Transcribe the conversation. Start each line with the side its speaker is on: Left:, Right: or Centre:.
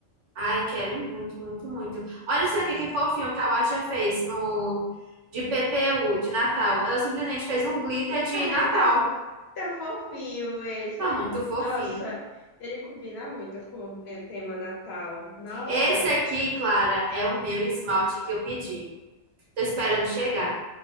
Right: Ai, quero muito, muito, muito. Olha isso aqui que fofinho que a Watia fez no de PPU de Natal. Ela simplesmente fez um glitter de
Left: Ai,
Right: Natal.
Left: tá, fof- tá fofinho esse.
Right: Tá
Left: Ele,
Right: muito
Left: com-
Right: fofinho.
Left: nossa, ele combina muito com o tema Natal. Nossa,
Right: Esse aqui, Clara, é o meu esmalte que eu pedi. Tô esperando chegar.